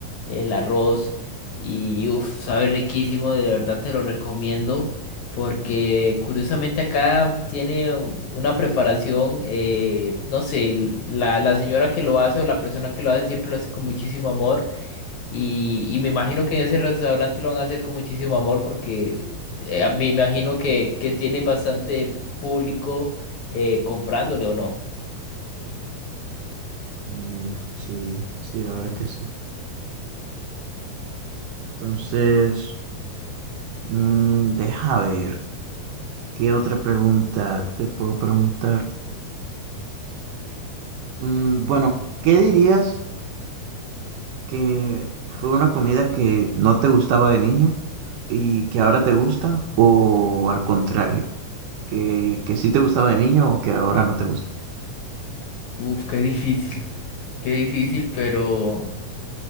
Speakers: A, on the left; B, on the right.
A: el arroz y uff, sabe riquísimo, de verdad te lo recomiendo porque curiosamente acá tiene un- una preparación, eh, no sé, l- la, la señora que lo hace o la persona que lo hace siempre lo hace con muchísimo amor y, y me imagino que en ese restaurante lo van a hacer con muchísimo amor porque eh, a mí me imagino que, que tienen bastante público eh, comprándole o no.
B: Mm, sí, sí, la verdad que sí. Entonces, mm, deja ver, ¿qué otra pregunta te puedo preguntar? Mm, bueno, ¿qué dirías que fue una comida que no te gustaba de niño y que ahora te gusta? ¿O al contrario, que, que sí te gustaba de niño o que ahora no te gusta?
A: Uf, qué difícil, qué difícil, pero